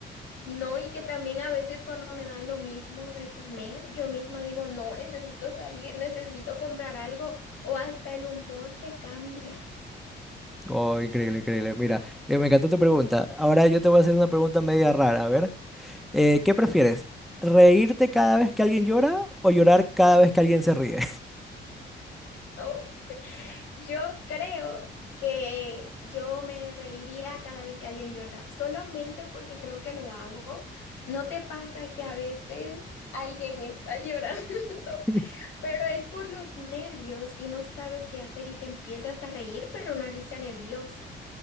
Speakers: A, on the left; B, in the centre.
A: No, y que también a veces cuando me dan lo mismo de comer, yo misma digo, no, necesito salir, necesito comprar algo, o hasta el humor te cambia.
B: Oh, increíble, increíble. Mira, eh, me encantó tu pregunta. Ahora yo te voy a hacer una pregunta media rara. A ver, eh, ¿qué prefieres? ¿Reírte cada vez que alguien llora o llorar cada vez que alguien se ríe?
A: Oh, yo creo que yo me reiría cada vez que alguien llora, solamente porque creo que lo hago. ¿No te pasa que a veces alguien está llorando, <laughs>
B: <laughs>
A: pero es por los nervios y no sabes qué hacer y te empiezas a reír, pero una risa nerviosa?